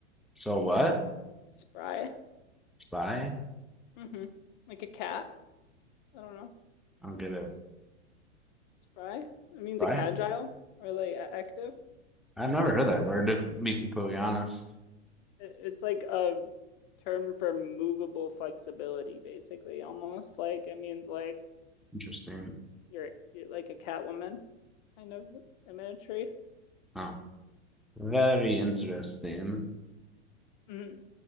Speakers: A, in the centre; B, on the left (about 45°).
A: So what?
B: Spry.
A: Spy?
B: hmm Like a cat. I don't know.
A: I don't get it.
B: Spry? It means
A: Spy?
B: like agile or like a- active.
A: I've never heard that word to be completely honest.
B: It- It's like a term for movable flexibility, basically, almost like it means like
A: Interesting.
B: you're, you're like a Catwoman kind of imagery.
A: Oh, very interesting.
B: Mm.